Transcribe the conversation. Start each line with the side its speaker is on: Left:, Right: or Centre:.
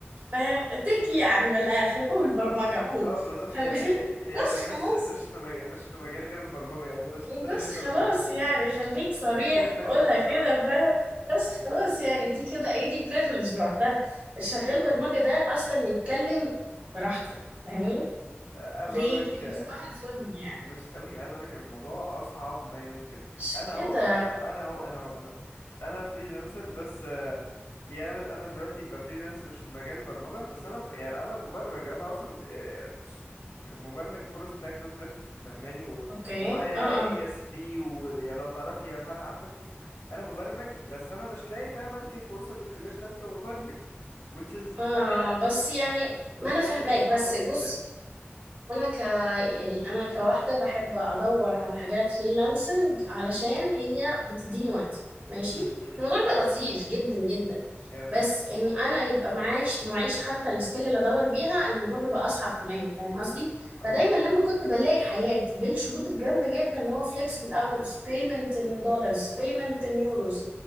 Right: فاهم تك يعني من الاخر قول برمجه
Left: اه اه
Right: قول
Left: آه، بالظبط
Right: خلي
Left: هي
Right: <laughs>
Left: هي هي
Right: بس
Left: مش
Right: خلاص
Left: مش في مج... مش في مجال غير البرمجة يعني انا ما شفتهاش
Right: بس
Left: غير في
Right: خلاص
Left: البرمجة
Right: يعني خليك صريح
Left: <laughs> تك
Right: قولها
Left: اه بصراحة
Right: كده فاهم بس خلاص يعني دي كده ايه دي بريفليج لوحدها الشغال
Left: اه
Right: برمجة ده اصلا يتكلم براحته فاهمني
Left: عايز
Right: ليه
Left: اقول لك
Right: لانه صباح الفل يعني
Left: ناس قوي عايز اقول لك الموضوع اصعب ما يمكن
Right: مش
Left: انا اهو
Right: كده
Left: انا انا اهو انا اهو انا اهو انا فريلانسر بس آه، يعني انا دلوقتي بفريلانس مش في مجال البرمجه بس انا م- يعني انا مبرمج انا اصلا آه، مبرمج فول ستاك دوت نت فاهماني و...
Right: اوكي
Left: ومعايا
Right: اه
Left: اي
Right: اه
Left: اس بي ولو تعرفي يا فرح، عارفه انت انا مبرمج بس انا مش لاقي فاهمه انت الفرصه اللي تخليني اشتغل كمبرمج which is حاجه
Right: اه بس يعني ما انا فاهماك
Left: حاجه صعبه
Right: بس
Left: جدا
Right: بص انا ك يعني انا كواحده بحب ادور على حاجات فريلانسنج علشان هي بتديني وقتي ماشي
Left: امم امم
Right: الموضوع
Left: امم.
Right: بيبقى لطيف جدا جدا
Left: ايوه فاهمك
Right: بس ان
Left: اه
Right: انا يبقى معاش معيش حتى السكيل اللي ادور بيها الموضوع بيبقى اصعب كمان فاهم قصدي
Left: اهو
Right: فدايما لما كنت بلاقي حاجات بالشروط الجامده جدا اللي هو flexible hours payment in dollars payment in euros